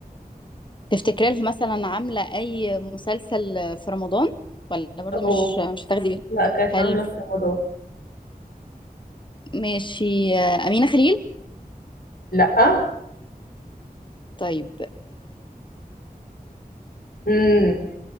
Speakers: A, on the left; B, on the left.
A: تفتكري لها مثلا عامله اي مسلسل في رمضان ولا برضو
B: اوه
A: مش مش هتاخدي بالك؟
B: لا كانت
A: حلو
B: عامله في رمضان
A: ماشي آه، امينه خليل
B: لا
A: طيب
B: امم